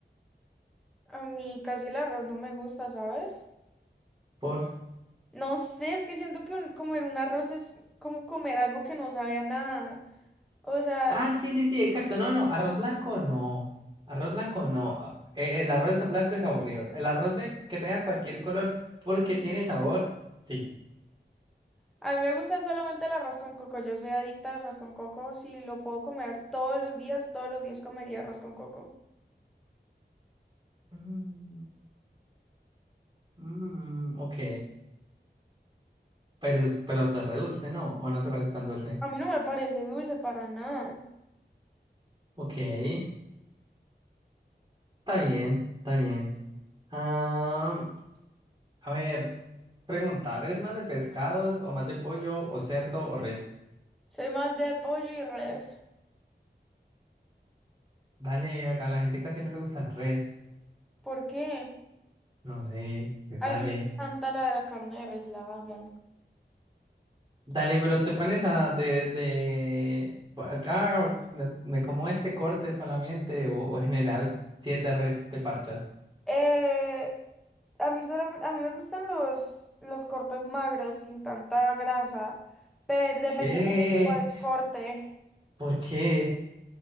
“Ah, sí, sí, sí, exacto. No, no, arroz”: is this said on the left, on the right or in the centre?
Right